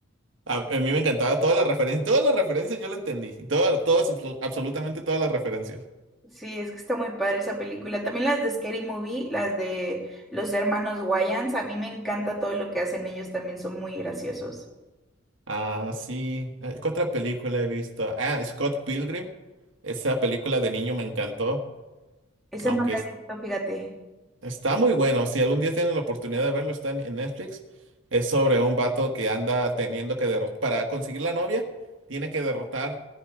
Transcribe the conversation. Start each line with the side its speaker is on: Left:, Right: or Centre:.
Right: a, a mí me encantaba todas las referencias, todas las referencias yo la entendí, todas, todas, absolu- absolutamente todas las referencias.
Centre: Sí, es que está muy padre esa película. También las de Scary Movie, las de los hermanos Wayans, a mí me encanta todo lo que hacen ellos, también son muy graciosos.
Right: Ah, sí, eh, ¿qué otra película he visto? Ah, Scott Pilgrim, esa película de niño me encantó,
Centre: Esa
Right: aunque
Centre: no la he visto, fíjate.
Right: Está muy bueno. Si algún día tienen la oportunidad de verlo, está en, en Netflix. Es sobre un vato que anda teniendo que derrotar. Para conseguir la novia, tiene que derrotar